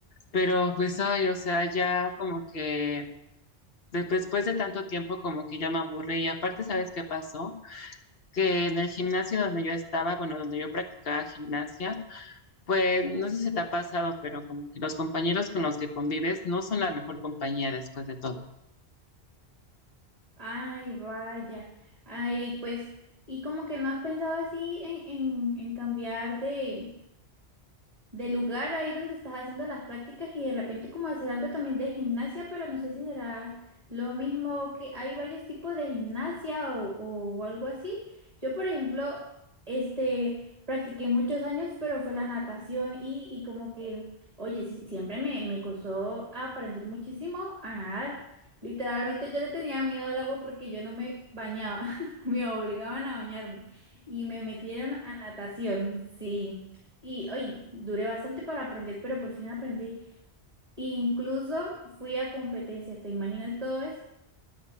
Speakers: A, on the left (about 60°); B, on the right (about 35°).
A: Pero pues, ay, o sea, ya como que de- después de tanto tiempo como que ya me aburrí. Y aparte, ¿sabes qué pasó? Que en el gimnasio donde yo estaba, bueno, donde yo practicaba gimnasia, Pues no sé si te ha pasado, pero como que los compañeros con los que convives no son la mejor compañía después de todo.
B: Ay, vaya. Ay, pues, y como que no has pensado así en, en, en cambiar de, del lugar ahí donde estás haciendo las prácticas y de repente como hacer algo también de gimnasia, pero no sé si será lo mismo que hay varios tipos de gimnasia o, o algo así. Yo, por ejemplo, este, practiqué muchos años, pero fue la natación y, y como que, oye, sí, siempre me, me costó aprender muchísimo a nadar. Literalmente yo le tenía miedo al agua porque yo no me bañaba, <laughs> me obligaban a bañarme y me metieron a natación, sí. Y hoy duré bastante para aprender, pero por fin aprendí. Incluso fui a competencias, ¿te imaginas todo eso?